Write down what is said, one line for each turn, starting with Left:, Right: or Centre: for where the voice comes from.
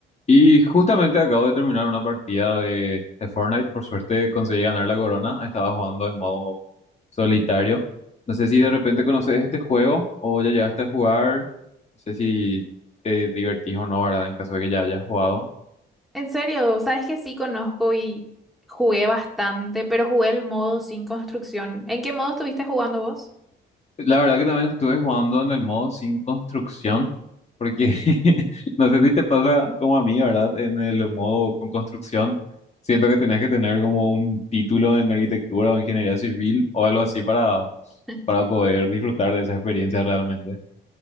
Left: Y justamente acabo de terminar una partida de, de Fortnite. Por suerte conseguí ganar la corona. Estaba jugando en modo solitario. No sé si de repente conoces este juego o ya llegaste a jugar. No sé si te divertís o no, ¿verdad? En caso de que ya hayas jugado.
Centre: En serio, sabes que sí conozco y jugué bastante, pero jugué el modo sin construcción. ¿En qué modo estuviste jugando vos?
Left: La verdad que también estuve jugando en el modo sin construcción. porque <laughs> no sé si te pasa como a mí, ¿verdad? En el modo con construcción, siento que tenés que tener como un título en arquitectura o ingeniería civil o algo así para,
Centre: <laughs>
Left: para poder disfrutar de esa experiencia realmente.